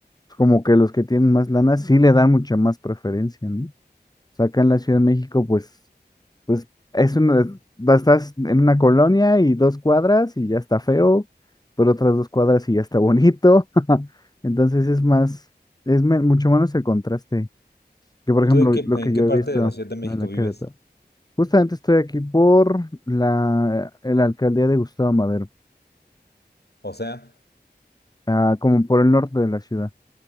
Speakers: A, on the left; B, on the left.
A: Es como que los que tienen más lana sí le dan mucha más preferencia, ¿no? O sea, acá en la Ciudad de México, pues, pues es una, va- estás en una colonia y dos cuadras y ya está feo, pero otras dos cuadras y ya está bonito. <laughs> Entonces es más, es me- mucho menos el contraste que, por ejemplo,
B: ¿Tú de qué,
A: lo
B: en
A: que
B: qué
A: yo
B: parte
A: he visto
B: de la Ciudad de México
A: en la
B: vives?
A: Querétaro. Justamente estoy aquí por la, la alcaldía de Gustavo Madero,
B: O sea,
A: ah, como por el norte de la ciudad.